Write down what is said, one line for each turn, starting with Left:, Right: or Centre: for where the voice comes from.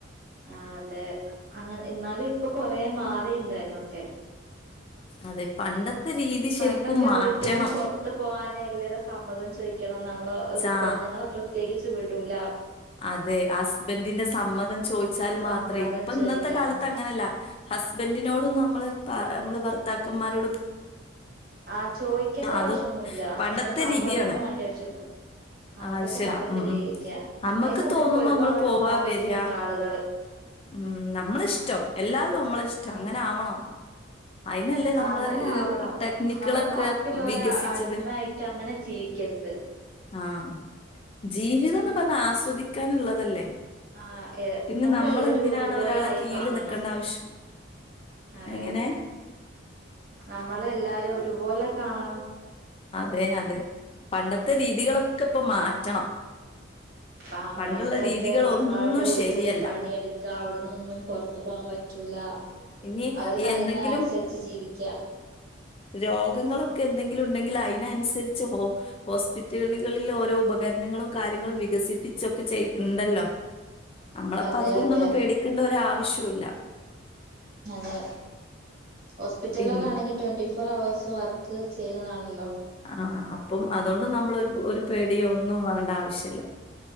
Right: ആഹ് അതെ അങ്ങനെ എന്നാലും ഇപ്പൊ കൊറേ മാറി ഉണ്ടായിന്നൊക്കെ
Left: അതെ പണ്ടത്തെ രീതി ശരിക്കും
Right: പണ്ടൊക്കെ
Left: മാറ്റണം
Right: വീട്ടിന്ന് പുറത്ത് പോകാന് എല്ലരേം സമ്മതം ചോദിക്കണം നമ്മുളെ
Left: ചാ
Right: പെണ്ണുങ്ങളെ പ്രത്യേകിച്ച് വിടൂല
Left: അതെ ഹസ്ബൻഡിന്റെ സമ്മതം ചോദിച്ചാല്
Right: സമ്മതം
Left: മാത്രേ ഇപ്പ
Right: ചോദിക്കണം
Left: ഇന്നത്തെ കാലത്ത് അങ്ങനെയല്ല ഹസ്ബൻഡിനോടും നമ്മള് നമ്മള് ഭർത്താക്കന്മാരോട്
Right: ആഹ് ചോദിക്കേണ്ട
Left: അതൊ
Right: ആവശ്യം ഒന്നും ഇല്ല
Left: പണ്ടത്തെ
Right: ഇങ്ങനെ സമ്മതമൊന്നും
Left: രീതിയാണ്.
Right: വേണ്ട ആവശ്യമില്ല ആഹ്
Left: ആവശ്യല്ല
Right: അതൊക്കെ പണ്ടത്തെ
Left: ഉം
Right: രീത്യാ
Left: ഉം അമ്മക്ക്
Right: അതിന്നൊക്കെ
Left: തോന്നുമ്പോ
Right: ഇപ്പൊ ഒരുപാട്
Left: നമ്മള് പോവാ
Right: മാറിട്ടുണ്ട്
Left: വരാ
Right: ആളുകള്
Left: ഉം നമ്മളിഷ്ടം
Right: ആ
Left: എല്ലാം നമ്മളെ ഇഷ്ടം അങ്ങനെ ആവണം അയിനല്ലേ നമ്മള്
Right: ആ അങ്ങനെ ആവണം
Left: ടെക്നിക്കുകളൊക്കെ
Right: നമ്മള് ബാക്കിയുള്ളവരെ
Left: വികസിച്ചത്
Right: അടിമയായിട്ട് അങ്ങനെ ജീവിക്കരുത്
Left: ആഹ് ജീവിതം എന്ന് പറഞ്ഞാ ആസ്വദിക്കാനുള്ളതല്ലേ
Right: ആഹ് ഏഹ്
Left: പിന്നെ
Right: നമ്മള്
Left: നമ്മളെന്തിനാണ്
Right: എല്ലരേം ഒരുപോലെ
Left: ഒരാളെ
Right: ആയി
Left: കീഴില്
Right: കാണണം
Left: നിക്കണ്ട ആവശ്യം
Right: അതെ
Left: എങ്ങനെ
Right: നമ്മള് എല്ലാരേം ഒരുപോലെ കാണണം
Left: അതെ അതേ പണ്ടത്തെ രീതികളൊക്കെ ഇപ്പൊ മാറ്റണം
Right: ആഹ്
Left: പണ്ടുള്ള
Right: പണ്ടൊക്കെ
Left: രീതികളൊന്നും
Right: ഭർത്താവിന്റെ വീട്ടില്
Left: ശരിയല്ല
Right: പണിയെടുക്ക നമ്മക്ക് അവിടുന്നൊന്നും പുറത്തു പോകാൻ പറ്റൂലാ
Left: ഇനി
Right: അവര് പറയുന്ന
Left: എന്തെങ്കിലും
Right: അനുസരിച്ച് ജീവിക്ക
Left: രോഗങ്ങളൊക്കെ എന്തെങ്കിലും ഉണ്ടെങ്കിൽ അതിനനുസരിച്ച് ഓ ഹോസ്പിറ്റലുകളിൽ ഓരോ ഉപകരണങ്ങളും കാര്യങ്ങളും വികസി പിച്ചൊക്കെ ചെയ് ഉണ്ടല്ലോ നമ്മളപ്പ
Right: അതെ
Left: അതുകൊണ്ടൊന്നും
Right: അതെ
Left: പേടിക്കേണ്ട ഒരാവശ്യവില്ല
Right: അതെ ഹോസ്പിറ്റലിലേക്കാണെങ്കിൽ
Left: പിന്നെ
Right: ട്വന്റി ഫോർ അവേഴ്സും വർക്ക് ചെയ്യുന്നതാണല്ലോ
Left: ആഹ് അപ്പം അതുകൊണ്ട് നമ്മള് ഒരു ഒരു പേടിയ ഒന്നും വേണ്ട ആവശ്യമില്ല